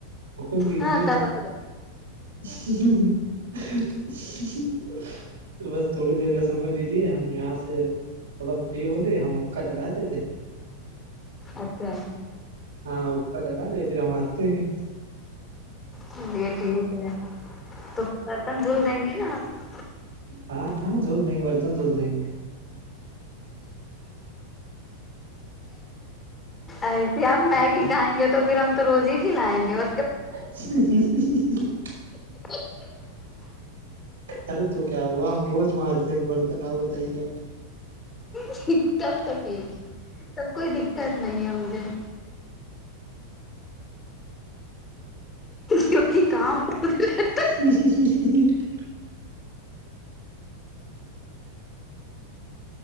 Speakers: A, on the right; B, on the left.
A: حکم کیجیے
B: ہاں تب
A: بس
B: آ جائیں
A: <unintelligible> تو بس تھوڑی دیر کا سمے دیجیے ہم یہاں سے تھوڑا فری ہو گے ہم اکا لگا رہے تھے
B: اچھا
A: ہاں اوپر لگا دے پھر ہم آتے ہیں
B: چلیے ٹھیک ہے تو پھر برتن دھل دیں گے نا آپ
A: ہاں ہاں دھول دیں گے برتن دھول دیں گے
B: ایسے اب میگی کھائیں گے تو پھر ہم تو روزی ہی لائیں گے وہ
A: <inaudible>
B: <inaudible>
A: ارے تو کیا ہوا ہم روز مانج دیں گے برتن اور بتائیے آپ
B: جی تب تو ٹھیک ہے تب کوئی دقت نہیں ہے مجھے کیونکہ کام <inaudible>
A: <inaudible>